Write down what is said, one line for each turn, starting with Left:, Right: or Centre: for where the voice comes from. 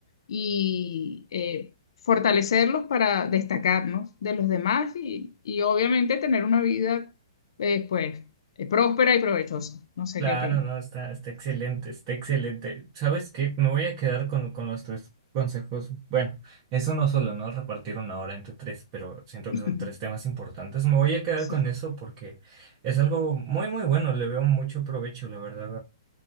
Left: y eh, fortalecerlos para destacarnos de los demás y, y obviamente tener una vida eh, pues eh, próspera y provechosa. No sé
Right: Claro,
Left: qué opinas.
Right: no, está, está excelente, está excelente. ¿Sabes qué? Me voy a quedar con, con los tres consejos. Bueno, es uno solo, ¿no? Repartir una hora entre tres, pero siento que
Left: <laughs>
Right: son tres temas importantes. Me voy a quedar
Left: Sí.
Right: con eso porque es algo muy, muy bueno. Le veo mucho provecho, la verdad,